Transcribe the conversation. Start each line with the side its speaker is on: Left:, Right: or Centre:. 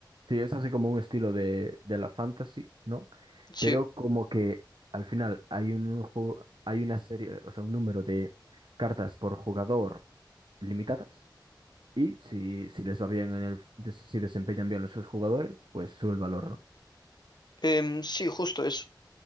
Right: Sí, es así como un estilo de, de la fantasy, ¿no?
Left: Sí,
Right: Pero como que al final hay un juego, hay una serie, o sea, un número de cartas por jugador limitadas y si, si les va bien en el, des- si desempeñan bien los sus jugadores, pues sube el valor, ¿no?
Left: em, sí, justo eso.